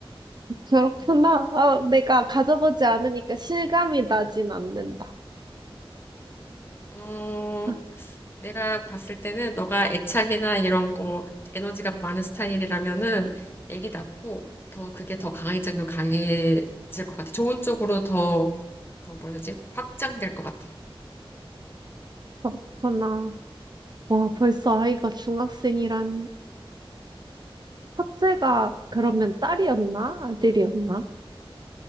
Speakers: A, on the right; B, on the left.
A: 그렇구나.
B: 음,
A: 아, 내가 가져보지 않으니까 실감이 나진 않는다.
B: 어,
A: 아,
B: 내가 봤을 때는 너가 애착이나 이런 거 에너지가 많은 스타일이라면은 애기 낳고 더 그게 더 강해지면 강해질 것 같아. 좋은 쪽으로 더, 더 뭐라 지 확장될 것 같아.
A: 그렇구나. 와, 벌써 아이가 중학생이라니. 첫째가 그러면 딸이었나? 아들이었나?